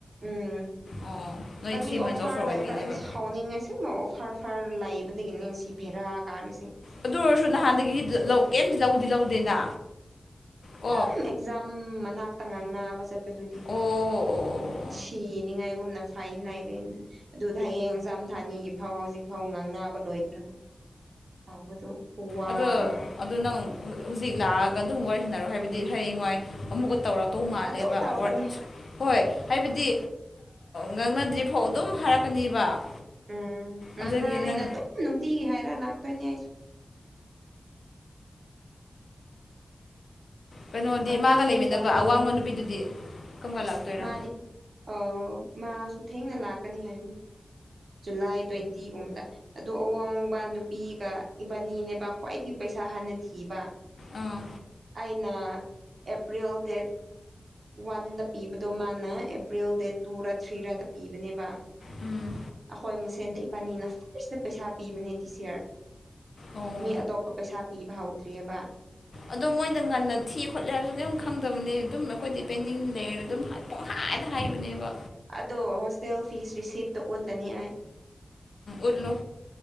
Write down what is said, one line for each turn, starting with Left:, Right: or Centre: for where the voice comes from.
Right: ꯎꯝ
Left: ꯑꯣ ꯅꯣꯏ
Right: ꯀꯔꯤ
Left: ꯊ꯭ꯔꯤ
Right: ꯑꯣꯐꯥꯔ
Left: ꯃꯟꯁ ꯑꯣꯐꯔ ꯑꯣꯏꯕꯤꯅꯦꯕ
Right: ꯂꯩꯕ꯭ꯔꯥ ꯑꯩ ꯁꯥꯎꯅꯤꯡꯉꯦ ꯁꯤꯡ ꯑꯣꯐꯔ ꯑꯣꯐꯔ ꯂꯩꯕꯗꯒꯤꯅꯦ ꯁꯤ ꯚꯦꯔꯥ ꯀꯥꯔꯤꯁꯦ
Left: ꯑꯗꯨ ꯑꯣꯏꯔꯁꯨ ꯅꯍꯥꯟꯗꯒꯤꯗꯤ ꯀꯩꯝꯇ ꯂꯧꯕꯗꯤ ꯂꯧꯗꯦꯅ ꯀꯣ
Right: ꯑꯗꯨꯝ
Left: ꯑꯣ
Right: ꯑꯦꯛꯖꯥꯝ ꯃꯅꯥꯛꯇ ꯉꯥꯡꯅꯕ ꯆꯠꯄꯗꯨꯗꯤ
Left: ꯑꯣ ꯑꯣ ꯑꯣ
Right: ꯁꯤꯅꯤꯉꯥꯏ ꯑꯗꯨꯒꯨꯝꯅ ꯐꯥꯏꯟ ꯂꯩꯔꯦꯅ ꯑꯗꯨꯗ ꯍꯌꯦꯡ ꯑꯦꯛꯖꯥꯝ ꯊꯥꯅꯤꯌꯦ ꯐꯥꯎ ꯍꯧꯖꯤꯛ ꯐꯥꯎ ꯉꯥꯡꯅꯕ ꯂꯣꯏꯗ꯭ꯔꯒ ꯇꯧꯕꯗꯣ ꯈꯨꯋꯥꯃ
Left: ꯑꯗꯣ ꯑꯗꯣ ꯅꯪ ꯍꯧꯖꯤꯛ ꯂꯥꯛꯑꯒ ꯑꯗꯨꯝ ꯋꯥꯔꯤ ꯁꯥꯟꯅꯔꯣ ꯍꯥꯏꯕꯗꯤ ꯍꯌꯦꯡꯋꯥꯏ ꯑꯃꯨꯛꯀ ꯇꯧꯔꯛꯇꯧ ꯃꯥꯜꯂꯦꯕ
Right: ꯑꯗꯨꯝ ꯇꯧꯒꯅꯤ
Left: ꯋ꯭ꯔ ꯍꯣꯏ ꯍꯥꯏꯕꯗꯤ ꯉꯥꯡꯅꯗ꯭ꯔꯤꯐꯥꯎ ꯑꯗꯨꯝ ꯍꯥꯏꯔꯛꯀꯅꯤꯕ
Right: ꯎꯝ ꯉꯥꯡꯅꯔꯦꯅ
Left: ꯑꯗꯨꯗꯒꯤ ꯅꯪ
Right: ꯑꯗꯨꯝ ꯅꯨꯡꯇꯤꯒꯤ ꯍꯥꯏꯔ ꯂꯥꯛꯇꯣꯏꯅꯦ ꯑꯩꯁꯨ
Left: ꯀꯩꯅꯣꯗꯤ
Right: ꯀꯔꯤ
Left: ꯃꯥꯒ ꯂꯩꯃꯤꯟꯅꯕ
Right: ꯇꯧꯗꯣꯏꯅꯣ
Left: ꯑꯋꯥꯡꯕ
Right: ꯈꯪꯗꯦ
Left: ꯅꯨꯄꯤꯗꯨꯗꯤ ꯀꯔꯝ ꯀꯥꯟ ꯂꯥꯛꯇꯣꯏꯔꯥ
Right: ꯃꯥꯗꯤ ꯑꯣ ꯃꯥꯁꯨ ꯊꯦꯡꯅ ꯂꯥꯛꯀꯅꯤ ꯍꯥꯏꯕꯅꯤ ꯖꯨꯂꯥꯏ ꯇ꯭ꯋꯦꯟꯇꯤꯒꯨꯝꯕꯗ ꯑꯗꯨ ꯑꯋꯥꯡꯕ ꯅꯨꯄꯤꯒ ꯏꯕꯥꯟꯅꯤꯅꯦꯕ ꯈ꯭ꯋꯥꯏꯗꯒꯤ ꯄꯩꯁꯥ ꯁꯥ ꯍꯥꯟꯅ ꯊꯤꯕ
Left: ꯑꯥ
Right: ꯑꯩꯅꯥ ꯑꯦꯄ꯭ꯔꯤꯜ ꯗꯦꯠ ꯋꯥꯟꯗ ꯄꯤꯕꯗꯣ ꯃꯥꯅ ꯑꯦꯄ꯭ꯔꯤꯜ ꯗꯦꯠ ꯇꯨꯔꯥ ꯊ꯭ꯔꯤꯔꯥꯗ ꯄꯤꯕꯅꯦꯕ
Left: ꯎꯝ
Right: ꯑꯈꯣꯏ ꯃꯁꯦꯟꯗ ꯏꯕꯥꯟꯅꯤꯅ ꯐꯥꯔꯁꯇ ꯄꯩꯁꯥ ꯄꯤꯕꯅꯦ ꯗꯤꯁ ꯌꯤꯔ
Left: ꯑꯣ
Right: ꯃꯤ ꯑꯇꯣꯞꯄ ꯄꯩꯁꯥ ꯄꯤꯕ ꯍꯧꯗ꯭ꯔꯤꯑꯕ
Left: ꯑꯗꯣ ꯃꯣꯏꯗ ꯉꯟꯅ ꯊꯤꯈꯣꯠꯂꯦ ꯍꯥꯏꯕꯁꯨ ꯀꯔꯤꯝ ꯈꯪꯗꯕꯅꯤ ꯑꯗꯨꯝ ꯑꯈꯣꯏꯗꯤ ꯄꯦꯟꯗꯤꯡ ꯂꯩꯔ ꯑꯗꯨꯝ ꯄꯣꯍꯥ ꯍꯥꯏꯗ ꯍꯥꯏꯕꯅꯦꯕ
Right: ꯑꯗꯣ ꯍꯣꯁꯇꯦꯜ ꯐꯤꯁ ꯔꯤꯁꯤꯞꯇ ꯎꯠꯂꯅꯤ ꯑꯩ
Left: ꯎꯠꯂꯨ